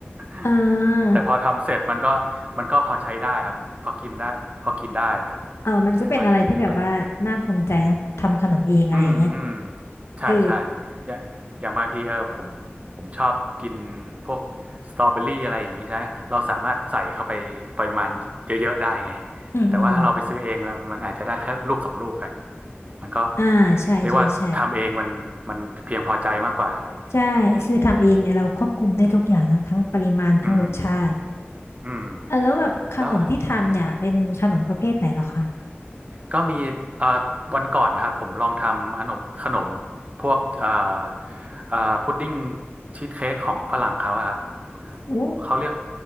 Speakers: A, on the right; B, on the left.
A: <laughs>
B: อ่
A: แต่พอทำเสร็จมันก็มันก็พอใช้ได้ครับพอกินได้พอกินได้ครับ
B: าเอามันก็เป็นอะไรที่แบบว่าน่าภูมิใจนะทำขนมเองอะไรอย่างเงี้ย
A: เอาอย่างนั้นดีกว่า อืมอืมใช่ใช่
B: เออ
A: อย่างอย่างบางทีเออผมผมชอบกินพวกสตรอเบอรี่อะไรอย่างนี้ใช่ไหมเราสามารถใส่เข้าไปปริมาณเยอะๆได้ไง
B: อืมอืมอม
A: แต่ว่าถ้าเราไปซื้อเองมันมันอาจจะได้แค่ลูกสองลูกอะมันก็
B: อ่าใช่ใช่ใช่
A: เรียกว่าทำเองมันมันเพียงพอใจมากกว่าอะไรอย่างเงี้ยอืม
B: ใช่คือทำเองเนี่ยเราควบคุมได้ทุกอย่างเนาะทั้งปริมาณทั้งรสชาติ
A: อืมอืม
B: อ่ะแล้วแบบขนมที่ทำเนี่ยเป็นขนมประเภทไหนเหรอคะ
A: แล้ว ก็มีเอ่อวันก่อนนะครับผมลองทำขนมขนมพวกเอ่อเอ่อพุดดิ้งชีสเค้กของฝรั่งเขาอะครับ
B: โอ้
A: เขาเรียก